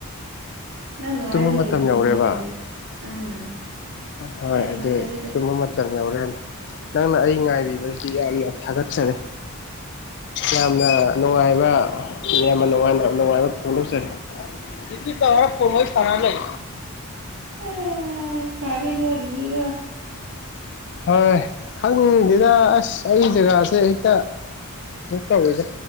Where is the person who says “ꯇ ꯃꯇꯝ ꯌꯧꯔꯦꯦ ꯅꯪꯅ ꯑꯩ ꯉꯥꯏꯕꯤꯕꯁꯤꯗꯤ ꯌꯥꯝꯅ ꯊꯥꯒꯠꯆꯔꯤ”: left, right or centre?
Left